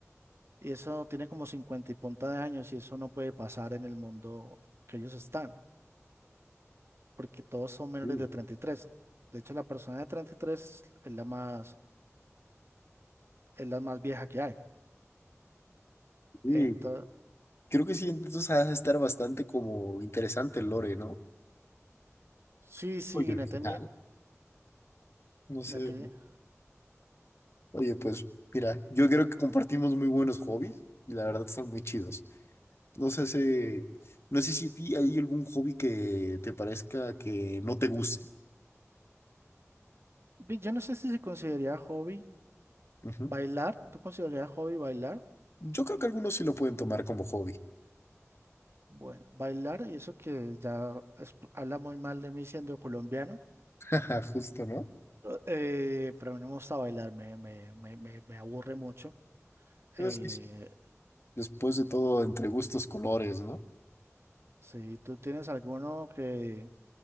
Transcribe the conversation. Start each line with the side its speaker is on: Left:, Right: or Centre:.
Right: Y eso tiene como 50 y punta de años y eso no puede pasar en el mundo que ellos están, porque todos son menores
Left: Sí,
Right: de treinta y tres De hecho, la persona de 33 es la más, es la más vieja que hay.
Left: sí.
Right: Entonces,
Left: Creo que sí, entonces ha de estar bastante como interesante el lore, ¿no?
Right: sí, sí,
Left: Oye, original.
Right: no tenía,
Left: No
Right: no
Left: sé.
Right: tenía.
Left: Oye, pues mira, yo creo que compartimos muy buenos hobbies y la verdad son muy chidos. No sé si, no sé si a ti hay algún hobby que te parezca que no te guste.
Right: Ve, Yo no sé si se consideraría hobby
Left: Ujú.
Right: bailar. ¿Tú considerarías hobby bailar?
Left: Yo creo que algunos sí lo pueden tomar como hobby.
Right: Bueno, bailar y eso que ya es- habla muy mal de mí siendo colombiano.
Left: <laughs> Justo, ¿no?
Right: Eh, pero a mí no me gusta bailar, me, me, me, me, me aburre mucho.
Left: Pero
Right: Eh,
Left: es que después de todo, entre gustos, colores, ¿no?
Right: si tú tienes alguno que